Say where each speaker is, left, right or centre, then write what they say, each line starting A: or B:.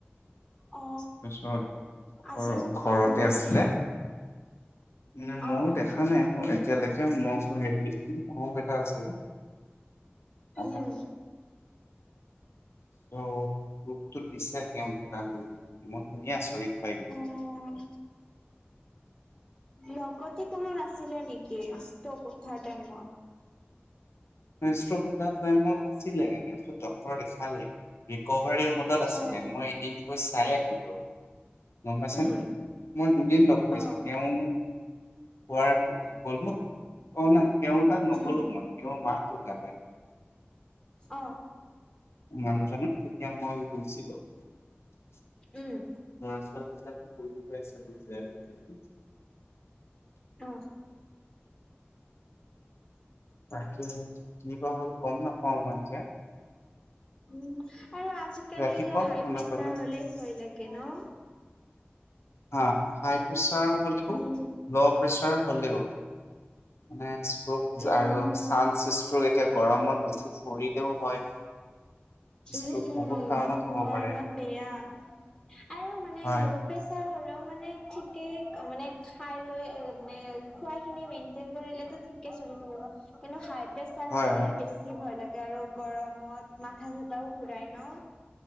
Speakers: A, on the left; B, on the left.
A: অ',
B: তাছত ঘৰ
A: আজি
B: ঘৰতে
A: উম,
B: আছিলে। মানে ময়ো
A: অ',
B: দেখা নাই <unintelligible> এতিয়ালেকে মই ক হেৰি ঘোপ এটা আছে যে আমাৰ
A: উম।
B: ত গ্ৰুপতো দিছে তেওঁ ঢোকাল বুলি মই শুনীয়ে আচৰিত পাই গ'লো।
A: উম, লগতে কোনো নাছিলে নেকি তই কোঠা টাইমত?
B: মানে ষ্টক হোটা টাইমত আছিলে ব্যস্ত ডক্টৰক দেখালে ৰিকভাৰী টাইমত তত আছিলে
A: অ',
B: মই এদিন গৈ চাই আহিলো। গম পাইছানে?
A: উম,
B: মই দুদিন লগ পাইছো।
A: অ',
B: তেওঁ কোৱাৰ গলো অ নাই তেওঁৰ তাক নগলো
A: উম,
B: মই তেওঁৰ মাক ঢোকালে।
A: অ।
B: মানুহজনৰ তেতিয়া মই গৈছিলোঁ। <unintelligible>
A: উম। অ।
B: তাকে কি বা হ'ল গম নাপাও মই এতিয়া।
A: উম আৰু আজিকালি
B: ৰাতিপুৱা
A: হাই
B: শুনা
A: প্ৰেচাৰ
B: পালো
A: হ'লেই ভয় লাগে ন?
B: অ হাই প্ৰেছাৰ হ'লেও,
A: উম
B: ল' প্ৰেচাৰ হলেও। মানে ষ্পৌক
A: উম
B: আৰু চান্স ষ্ট্ৰক এতিয়া গৰমত বেছি ফুৰিলেও হয়।
A: উম,
B: ষ্ট্ৰক
A: উম,
B: বহুত কাৰণত হ'ব
A: গৰমত
B: পাৰে
A: বেয়া আৰু মানে
B: হয়
A: ল প্ৰেছাৰ হ'লেও মানে ঠিকেই মানে খাই লৈ এ মানে খোৱা খিনি মেইনটেইন কৰিলেতো ঠিকে চলি থাকিব। কিন্তু হাই প্ৰেছাৰ
B: হয়
A: হ'লে
B: হয়
A: বেছ- বেছি ভয় লাগে আৰু গৰমত মাথা সাথাও ঘূৰাই ন?